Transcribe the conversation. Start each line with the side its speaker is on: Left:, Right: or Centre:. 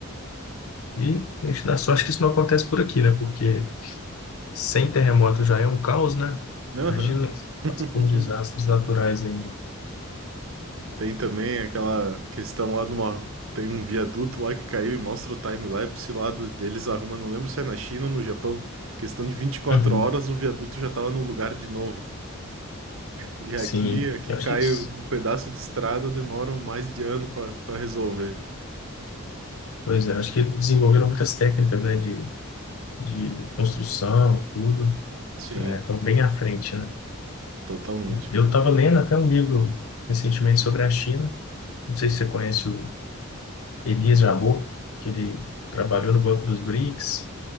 Left: E a gente dá sorte que isso não acontece por aqui, né? Porque sem terremoto já é um caos, né?
Right: Aham.
Left: Imagina
Right: <laughs>
Left: por desastres naturais aí.
Right: Tem também aquela questão lá de uma. Tem um viaduto lá que caiu e mostra o time-lapse lá do- deles arrumando. não lembro se é na China ou no Japão. Questão de vinte e quatro
Left: Uhum.
Right: horas, o viaduto já tava no lugar de novo. E aqui,
Left: Sim,
Right: aqui
Left: eu
Right: cai
Left: acho que, eles-
Right: um pedaço de estrada, demora mais de ano pra pra resolver. né?
Left: pois é, acho que eles desenvolveram muitas técnicas, né, de, de construção, tudo,
Right: Sim,
Left: Estão bem à frente, né?
Right: totalmente.
Left: Eu estava lendo até um livro recentemente sobre a China. Não sei se você conhece o Elias Jabbour, que ele trabalhou no Banco dos BRICS.